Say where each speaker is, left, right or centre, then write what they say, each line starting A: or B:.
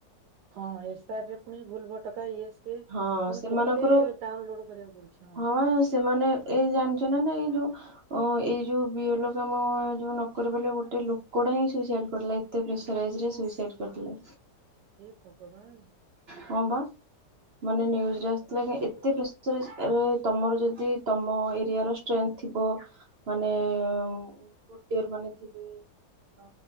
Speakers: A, on the right; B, on the right.
A: ହଁ ଏସ୍ ଆର ରେ ପୁଣି ଭୁଲ ଭଟକା ଇଏ ସେ ଏ
B: ହଁ
A: କଣ
B: ସେମାନଙ୍କର
A: କେତେ ଡାଉନଲୋଡ କରିବାକୁ ପଡୁଛି ହଁ।
B: ହଁ ସେମାନେ ଏଇ ଜାଣିଛ ନା ନାଇଁ ଏଇ ଯୋଉ ଓ ଏଇ ଯୋଉ ବିୟଲ କାମ, ଯୋଉ ନ କରିପାରିବା ଲାଗି ଗୋଟେ ଲୋକଟା ହିଁ ସୁଇସାଇଡ କରିଲା। ଏ ଏତେ ପ୍ରେସରାଇଜରେ ସୁଇସାଇଡ୍ କରିଦେଲା।
A: ହେ ଭଗବାନ।
B: ହଁ ବା। ମାନେ ନ୍ୟୁଜରେ ଆସିଥିଲା କି, ଏତେ ପ୍ରେସରାଇଜ ତମର ଯଦି ତମ ଏରିଆର ଥିବ, ମାନେ <unintelligible> ମାନେ ଥିବେ। ଅ